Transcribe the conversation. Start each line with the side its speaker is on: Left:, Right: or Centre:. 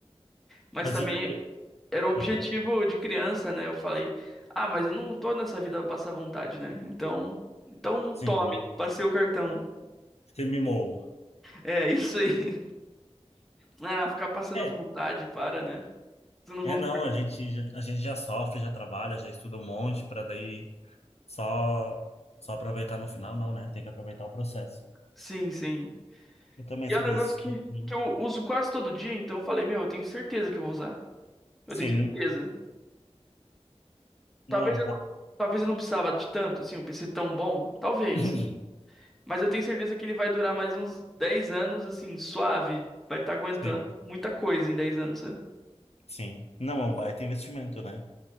Centre: Mas
Left: Mas
Centre: também
Left: e... e-
Centre: era um objetivo
Left: Opa,
Centre: de criança, né? Eu falei, ah, mas eu não tô nessa vida pra passar vontade, né? Então, então
Left: sim.
Centre: tome, passei o cartão.
Left: Você mimou.
Centre: É, <laughs> isso aí. Ah, ficar passando
Left: É.
Centre: vontade, para, né? Você não concorda?
Left: É, não, a gente, já- a gente já sofre, já trabalha, já estuda um monte para daí só, só aproveitar no final, não, né? Tem que aproveitar o processo.
Centre: Sim, sim.
Left: Eu também
Centre: E
Left: sou
Centre: é um
Left: desse.
Centre: negócio que,
Left: assim.
Centre: que eu uso quase todo dia, então eu falei, meu, eu tenho certeza que eu vou usar. Eu
Left: Sim.
Centre: tenho certeza. Talvez
Left: Não, não,
Centre: eu
Left: vou-
Centre: não, talvez eu não precisava de tanto, assim, um PC tão bom, talvez.
Left: <coughs>
Centre: Mas eu tenho certeza que ele vai durar mais uns dez anos, assim, suave. Vai estar aguentando
Left: <clears throat> sim,
Centre: muita coisa em 10 anos, sabe?
Left: sim. Não é um baita investimento, né?